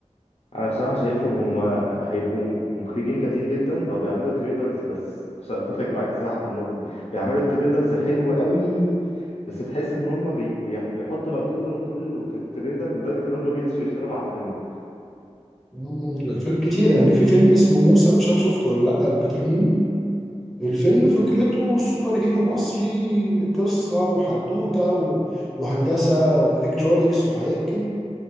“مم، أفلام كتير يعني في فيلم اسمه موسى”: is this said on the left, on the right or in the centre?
Centre